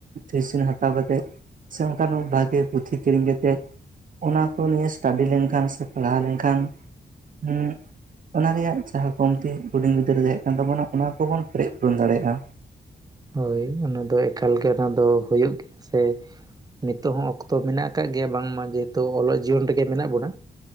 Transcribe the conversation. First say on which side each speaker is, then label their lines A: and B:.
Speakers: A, on the right; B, on the right.
A: ᱴᱤᱭᱩᱥᱤᱱ ᱦᱟᱛᱟᱣ ᱠᱟᱛᱮᱫ ᱥᱮ ᱚᱱᱠᱟᱱ ᱵᱷᱟᱜᱮ ᱯᱩᱛᱷᱤ ᱠᱤᱨᱤᱧ ᱠᱟᱛᱮᱫᱼᱼ ᱚᱱᱟ ᱠᱚ ᱱᱤᱭᱮ ᱮᱥᱴᱟᱰᱤ ᱞᱮᱱᱠᱷᱟᱱ ᱥᱮ ᱯᱟᱲᱦᱟᱣ ᱞᱮᱱᱠᱷᱟᱱ ᱦᱮᱸᱼᱼ ᱚᱱᱟ ᱨᱮᱭᱟᱜ ᱡᱟᱦᱟᱸ ᱠᱚᱢᱛᱤ ᱦᱩᱰᱤᱧ ᱜᱤᱫᱽᱨᱟᱹ ᱨᱮ ᱛᱟᱦᱮ ᱠᱟᱱ ᱛᱟᱵᱚᱱᱟ ᱚᱱᱟ ᱠᱚᱵᱚᱱ ᱯᱮᱨᱮᱡ ᱯᱩᱨᱚᱱ ᱫᱟᱲᱮᱭᱟᱜᱼᱟ᱾
B: ᱦᱳᱭ ᱚᱱᱟᱫᱚ ᱮᱠᱟᱞ ᱜᱮ ᱚᱱᱟ ᱫᱚ ᱦᱩᱭᱩᱜ ᱜᱮᱭᱟ ᱥᱮ ᱱᱤᱛᱚᱜ ᱦᱚᱸ ᱚᱠᱛᱚ ᱢᱮᱱᱟᱜᱼᱟᱼᱼ ᱟᱠᱟᱫ ᱜᱮᱭᱟ ᱵᱟᱝᱢᱟ ᱡᱮᱦᱮᱛᱩ ᱚᱞᱚᱜ ᱡᱤᱭᱚᱱ ᱨᱮᱜᱮ ᱢᱮᱱᱟᱜ ᱵᱚᱱᱟ